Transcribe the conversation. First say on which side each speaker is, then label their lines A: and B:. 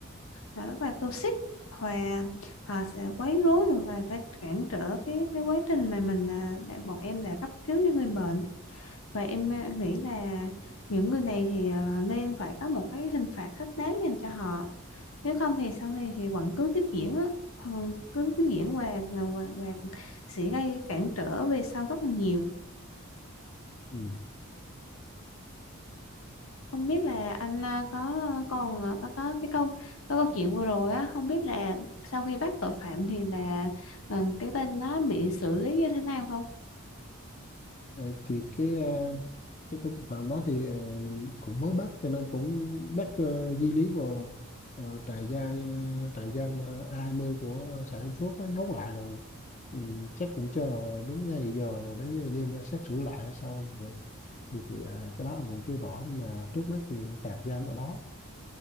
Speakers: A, on the left (about 80°); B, on the left (about 35°).
A: là rất là toxic và họ sẽ quấy rối và phải cản trở cái cái quá trình mà mình à, đã, bọn em đã cấp cứu cho người bệnh và em à, nghĩ là những người này thì à, nên phải có một cái hình phạt thích đáng dành cho họ nếu không thì sau này thì vẫn cứ tiếp diễn á Ờ, cứ tiếp diễn và và, và, và sẽ gây cản trở về sau rất là nhiều
B: ừ.
A: không biết là anh à, có còn à, có có cái câu có câu chuyện vừa rồi á không biết là sau khi bắt tội phạm thì là ờ, cái tên nó bị xử lý như thế nào không
B: Ờ, thì cái à, cái cái tội phạm đó thì ờ, cũng mới bắt cho nên cũng bắt ờ, di lý vào ờ, trại giam ờ, trại giam ờ, A20 của xã Đông Phước á, nhốt lại rồi ừ, chắc cũng cho đúng ngay giờ rồi đấy đem ra xét xử lại hay sao thì, thì, thì à, cái đó là cũng chưa rõ nhưng mà trước mắt thì cũng tạm giam ở đó